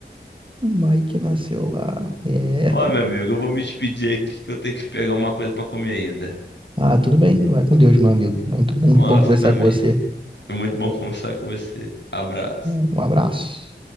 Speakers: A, on the right; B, on the left.
A: Mike nasceu lá. É.
B: Ó, meu amigo, eu vou me despedir aqui que eu tenho que pegar uma coisa pra comer ainda.
A: Ah, tudo bem. Vai com Deus, meu amigo. Muito, muito
B: Ó,
A: bom conversar
B: você também.
A: com você.
B: Foi muito bom <laughs> conversar com você. Abraço.
A: Um abraço.